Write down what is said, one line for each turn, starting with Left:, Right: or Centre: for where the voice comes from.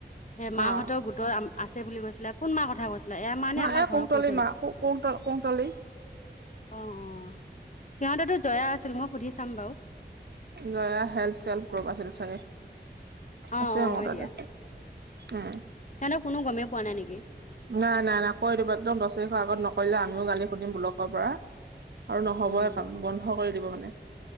Left: সেই মাহঁতৰ
Right: অ
Left: গোটৰ আছে বুলি কৈছিলে কোন মাৰ কথা কৈছা এয়া মানে
Right: নহয়
Left: আমাৰ
Right: এই
Left: ঘৰৰ
Right: কুহতলি
Left: কঠল
Right: মা কুহতলি কুহতলি
Left: অ অ অ সিহঁতেতো জয়া আছিল মই সুধি চাম বাৰু
Right: ন হেল্প চেল্প গ্ৰুপ আছিল চাগে
Left: অ
Right: আছে
Left: অ
Right: মোৰ
Left: হয়
Right: তাতে
Left: দিয়া
Right: উম
Left: সিহঁতক কোনো গমেই পোৱা নাই নেকি
Right: নাই নাই নাই কৈ দিবা একদম দছ তাৰিখৰ আগত নক কলে আমিও গালি সুধিম ব্লকৰ পৰা আৰু নহ'বই
Left: উম
Right: কাম বন্ধ কৰি দিব মানে